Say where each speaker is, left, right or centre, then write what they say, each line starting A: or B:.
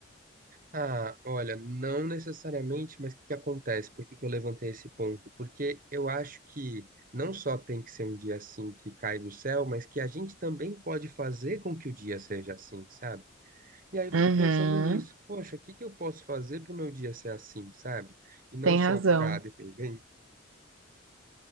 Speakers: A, on the right (about 45°); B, on the right (about 80°).
A: Ah, olha, não necessariamente, mas o que que acontece? Por que que eu levantei esse ponto? Porque eu acho que não só tem que ser um dia assim que cai do céu, mas que a gente também pode fazer com que o dia seja assim, sabe? E aí eu fico
B: Uhum.
A: pensando nisso, poxa, o que que eu posso fazer para o meu dia ser assim, sabe? E não
B: Tem
A: só
B: razão.
A: ficar dependente.